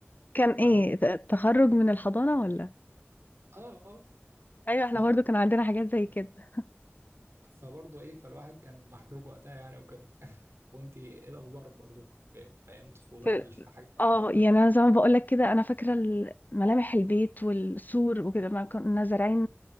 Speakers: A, on the left; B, on the right.
A: كان ايه
B: فبرضه
A: ت- تخرج من الحضانه ولا
B: اه اه
A: ايوه احنا
B: ف...
A: برضو كان عندنا حاجات زي كده
B: فبرضه ايه فالواحد كان محروق وقتها يعني وكده <laughs> وانتي ايه الأخبار برضه في في أيام طفولة
A: في-
B: هل في حاجة فاكرة
A: اه
B: وكده؟
A: يعني انا زي ما بقول لك كده انا فاكره ال- ملامح البيت والسور وكده ما كنا زارعين